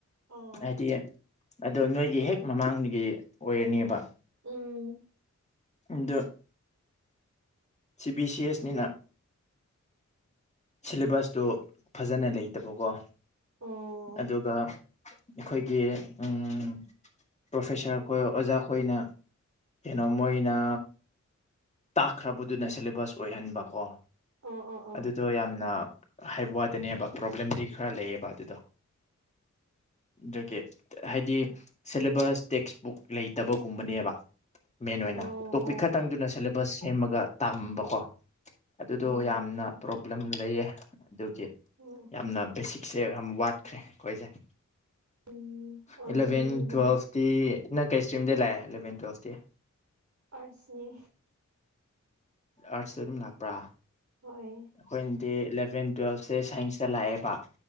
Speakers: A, on the right; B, on the left.
A: ꯑꯣ
B: ꯍꯥꯏꯗꯤ ꯑꯗꯣ ꯅꯣꯏꯒꯤ ꯍꯦꯛ ꯃꯃꯥꯡꯗꯒꯤ ꯑꯣꯏꯔꯅꯦꯕ꯫
A: ꯎꯝ꯫
B: ꯑꯗꯨ ꯁꯤ ꯕꯤ ꯁꯤ ꯑꯦꯁ ꯅꯤꯅ ꯁꯤꯂꯦꯕꯁꯇꯣ ꯐꯖꯅ ꯂꯩꯇꯕꯀꯣ
A: ꯑꯣ
B: ꯑꯗꯨꯒ ꯑꯩꯈꯣꯏꯒꯤ ꯎꯝ ꯄ꯭ꯔꯣꯐꯦꯁꯥꯔ ꯈꯣꯏ ꯑꯣꯖꯥꯈꯣꯏꯅ ꯀꯩꯅꯣ ꯃꯣꯏꯅꯥ ꯇꯥꯈ꯭ꯔꯕꯨꯠ ꯑꯗꯨꯅ ꯁꯦꯂꯦꯕꯁ ꯑꯣꯏꯍꯟꯕꯀꯣ
A: ꯑꯣ ꯑꯣ ꯑꯣ
B: ꯑꯗꯨꯗꯣ ꯌꯥꯝꯅ ꯍꯥꯏꯕ ꯋꯥꯗꯅꯦꯕ ꯄ꯭ꯔꯣꯕ꯭ꯂꯦꯝꯗꯤ ꯈꯔ ꯂꯩꯌꯦꯕ ꯑꯗꯨꯗꯣ ꯗꯨꯒꯤ ꯍꯥꯏꯗꯤ ꯁꯦꯂꯦꯕꯁ ꯇꯦꯛꯁꯕꯨꯛ ꯂꯩꯇꯕꯒꯨꯝꯕꯅꯦꯕ ꯃꯦꯟ ꯑꯣꯏꯅ
A: ꯑꯣ
B: ꯇꯣꯛꯄꯤꯛ ꯈꯛꯇꯪꯗꯨꯅ ꯁꯦꯂꯦꯕꯁ ꯁꯦꯝꯃꯒ
A: ꯑꯣ
B: ꯇꯝꯕꯀꯣ ꯑꯗꯨꯗꯣ
A: ꯑꯣ
B: ꯌꯥꯝꯅ
A: ꯑꯣ
B: ꯄ꯭ꯔꯣꯕ꯭ꯂꯦꯝ ꯂꯩꯌꯦ ꯑꯗꯨꯒꯤ
A: ꯎꯝ
B: ꯌꯥꯝꯅ ꯕꯦꯁꯤꯛꯁꯦ ꯌꯥꯝ ꯋꯥꯠꯈ꯭ꯔꯦ ꯑꯩꯈꯣꯏꯁꯦ
A: ꯎꯝ ꯑꯣꯏꯔꯝꯒꯅꯤꯗ
B: ꯑꯦꯂꯚꯦꯟ ꯇꯨꯋꯦꯜꯐꯇꯤ ꯅꯪ ꯀꯩ ꯏꯁꯇ꯭ꯔꯤꯝꯗꯩ ꯂꯥꯛꯑꯦ ꯑꯦꯂꯚꯦꯟ ꯇꯨꯋꯦꯜꯐꯇꯤ
A: ꯑꯥꯠꯁꯅꯤ
B: ꯑꯥꯠꯁ ꯑꯗꯨꯝ ꯂꯥꯛꯄ꯭ꯔꯥ
A: ꯍꯣꯏ
B: ꯑꯈꯣꯏꯟꯗꯤ ꯏꯂꯚꯦꯟ ꯇꯨꯋꯦꯜꯐꯁꯦ ꯁꯥꯏꯟꯁꯇ ꯂꯥꯛꯑꯦꯕ